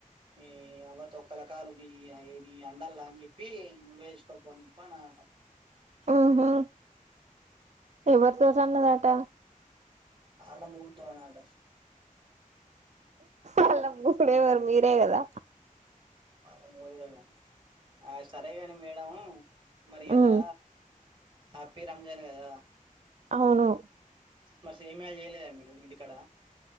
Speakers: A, on the right (about 35°); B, on the right (about 55°).
A: ఈ అవ్వ తొక్కలకాలు గీ <unintelligible> అండల్లా అన్ జెప్పి నువేసుకపో అని జెప్ అనన్
B: ఉహు ఎవరితోటిన్నదంట
A: ఆళ్ల ముంటనట
B: ఆళ్ల మూడేవరు మీరే గదా
A: అ <unintelligible> ఆ సరేగాని మేడం మరి ఇయాలా
B: ఉమ్,
A: హ్యాపీ రంజాన్ గదా
B: అవునూ
A: మరి షేమియ జేయలేదా మీరు మీంటికడ